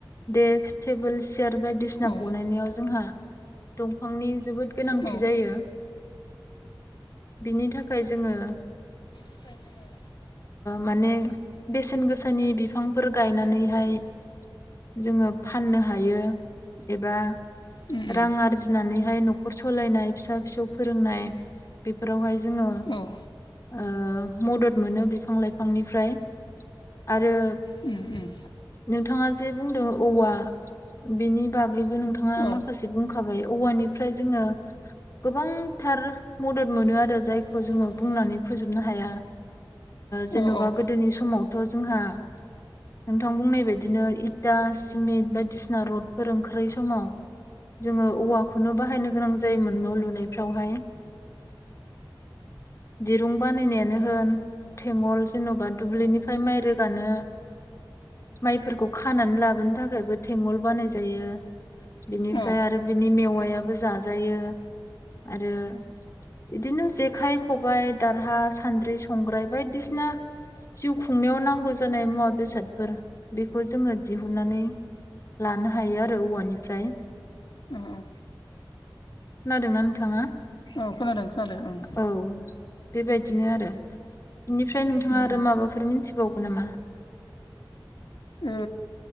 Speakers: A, on the left (about 35°); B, on the left (about 65°).
A: देक्स टेबोल सि सियार बायदिसिना
B: औ
A: बनायनायाव जोंहा दंफांनि जोबोद गोनांथि
B: औ
A: जायो। बिनि थाखाय जोङो
B: थाखाय जोङो
A: माने बेसेन गोसानि बिफांफोर गायनानैहाय जोङो फाननो हायो एबा
B: उम औ
A: रां आरजिनानैहाय न'खर सलायनाय, फिसा फिसौ फोरोंनाय बेफोरावहाय जोङो
B: औ।
A: ओ मदद मोनो बिफां लाइफांनिफ्राय आरो
B: उम उम
A: नोंथाङा जे बुंदों औवा बेनि बागैबो नोंथाङा
B: औ
A: माखासे बुंखाबाय। औवानिफ्राय जोङो गोबांथार मदद मोनो आरो जायखौ
B: मदद
A: जोङो
B: मोनो
A: बुंनानै फोजोबनो हाया।
B: नोंथां
A: जेन'बा गोदोनि समावथ' जोंहा नोंथां बुंनाय बायदिनो इटा सिमिट बायदिसिना रडफोर ओंखारै समाव जोङो औवाखौनो बाहायनो गोनां जायोमोन न' लुनायफ्रावहाय। दिरुं बानायनायानो होन थेंगल जेन'बा दुब्लिनिफ्राय माइ रोगानो माइफोरखौ खानानै लाबोनो थाखायबो थेंगल बानाय जायो। बिनिफ्राय
B: औ
A: आरो बिनि मेवायाबो जाजायो आरो बिदिनो जेखाइ खबाय, दारहा, सान्द्रि, संग्राय बायदिसिना जिउ खुंनायाव नांगौ जानाय मुवा बेसादफोर बेखौ जोङो दिहुननानै लानो हायो आरो औवानिफ्राय
B: ओम ओम
A: खोनादोंना नोंथाङा?
B: औ खोनादों खोनादों ओं
A: औ बेबायदिनो आरो बेनिफ्राय नोंथाङा
B: उम
A: आरो माबाफोर मिथि बावगौ नामा?
B: ओ